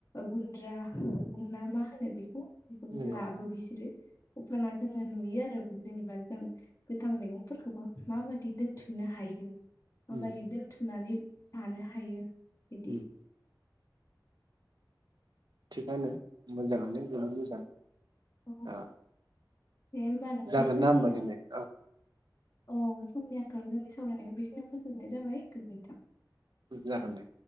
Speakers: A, on the left; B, on the right.
A: गुन्द्रा गुनना मा होनो बेखौ? <unintelligible>
B: नंगौ
A: अबफाना जोङो नुयो आरो ओमफाय जेनेबा जों गोथां मैगंफोरखौबो माबायदि दोनथुमनो हायो।
B: उम
A: माबादि दोनथुम <unintelligible> सानो हायो। बिदि
B: उम सानो मोजाङानो बिराद मोजां।
A: औ
B: आ
A: दे होमबा नोंथां
B: जागोन
A: जोंनि
B: ना होमबा दिनै? ओ
A: औ समनि आंखालाव जोंनि सावरायनायखौ बेखिनो फोजोबनाय जाबाय। गोजोन्थों।
B: जागोन दे